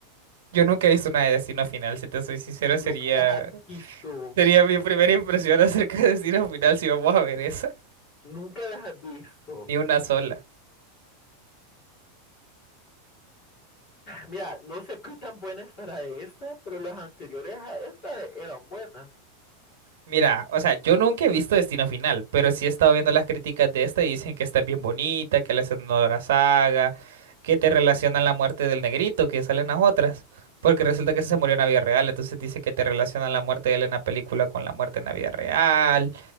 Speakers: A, on the right; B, on the left.
A: Yo nunca he visto una de Destino Final, si te soy sincero,
B: Nunca
A: sería
B: las has visto.
A: Sería mi primera impresión acerca de Destino Final si vamos a ver esa.
B: Nunca las has visto.
A: Ni una sola.
B: Mira, no sé qué tan buena estará esta, pero las anteriores a esta eran buenas.
A: Mira, o sea, yo nunca he visto Destino Final, pero sí he estado viendo las críticas de esta y dicen que está bien bonita, que le hacen honor a la saga, que te relacionan la muerte del negrito, que salen las otras. Porque resulta que ese se murió en la vida real, entonces dice que te relacionan la muerte de él en la película con la muerte en la vida real,